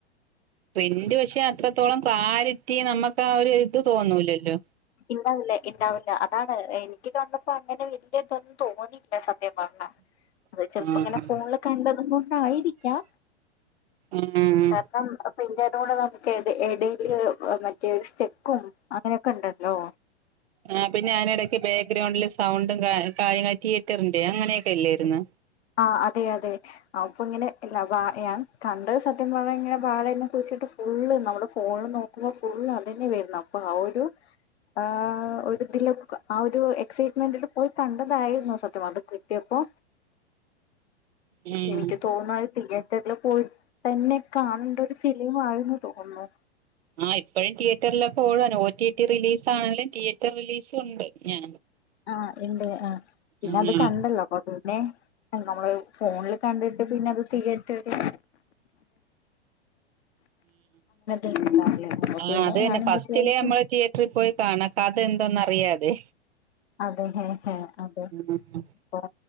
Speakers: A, on the right; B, on the left.
A: പ്രിന്റ് പക്ഷേ അത്രത്തോളം ക്ലാരിറ്റി നമുക്ക് ആഹ് ഒരു ഇത് തോന്നൂലല്ലോ.
B: ഇണ്ടാവില്ല ഇണ്ടാവില്ല അതാണ് എനിക്ക് കണ്ടപ്പോ അങ്ങനെ വലിയ ഇതൊന്നും തോന്നിയില്ല സത്യം പറ്ഞ്ഞ.
A: <inaudible>
B: അത് ചെലപ്പം
A: ആഹ്
B: ഇങ്ങനെ ഫോണില് കണ്ടത് കൊണ്ടായിരിക്കാം
A: ആഹ്
B: കാരണം. പിന്നെ അതുകൂടെ നമുക്ക്ത് ഇടയില് മറ്റേ സ്റ്റെക്കും അങ്ങനെയൊക്കെ ഉണ്ട്. ഓ.
A: ആഹ് പിന്നെ അതിനി ഇടയ്ക്ക് ബാഗ്രൗണ്ടില് സൗണ്ടും കാ കാര്യങ്ങൾ തിയേറ്ററിന്റെ അങ്ങനെയൊക്കെ ഇല്ലായിരുന്നു.
B: ആഹ് അതെ അതെ. അപ്പൊ ഇങ്ങനെ ലവ എ ഞാൻ കണ്ട് സത്യം പറ്ഞ്ഞഴിഞാല് ബാഴനെ കുറിച്ചിട്ട്. ഫുള്ള് നമ്മുടെ ഫോണിൽ നോക്കുമ്പോ ഫുള്ള് അത് തന്നെ വരുന്നു അപ്പൊ ആഹ് ഒരു. ആഹ് ഒരുതില ആഹ് ഒരു എക്സൈറ്റ്മെന്റ പോയി കണ്ടതായിരുന്നു സത്യം പറ്ഞാ അത് കിട്ടിയപ്പോ.
A: ഉം
B: എനിക്ക് തോന്ന അത് <unintelligible> റ്റർല് പോയി തന്നെ കാണേണ്ട ഒരു ഫിലിം ആയിരുന്നു തോന്നുന്നു.
A: ആഹ് ഇപ്പോഴും തിയേറ്ററിലൊക്കെ ഓടാണ് ഓ ടി ടി റിലീസാണെങ്കിലും തിയേറ്റർ റിലീസും ഉണ്ട് ഞാ
B: ആഹ് ഉണ്ട് ആഹ് പിന്നെ
A: ആഹ്
B: അത് കണ്ടല്ലോ കൊ പിന്നെ നമ്മള് ഫോണിൽ കണ്ടിട്ട് പിന്നെ അത് തിയറ്റർല് ണ്ടാവില്ല അപ്പൊ
A: ആഹ്
B: പിന്നെ
A: അത് തന്നെ
B: ഞാനും
A: ഫസ്റ്റിലെ
B: വിചാരിച്ചു
A: നമ്മള് തി പോയി കാണക്കാതെന്തോന്ന അറിയോ അത്.
B: അതെ ഹ ഹ അതെ
A: ഉം
B: അപ്പോ